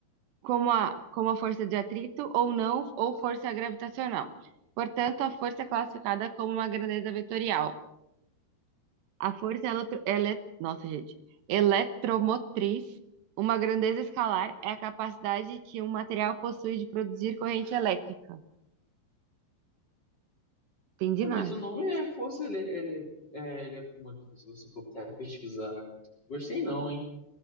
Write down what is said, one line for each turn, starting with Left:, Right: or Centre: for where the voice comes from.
Right: como a como a força de atrito ou não, ou força gravitacional. Portanto, a força é classificada como uma grandeza vetorial. A força é eletro... ele... Nossa, gente. Eletromotriz. Uma grandeza escalar é a capacidade que um material possui de produzir corrente elétrica. Entendi
Left: É,
Right: nada.
Left: mas o nome é força, ele, ele, é, ele é como aqui, se você for tentar pesquisar. Gostei não, hein?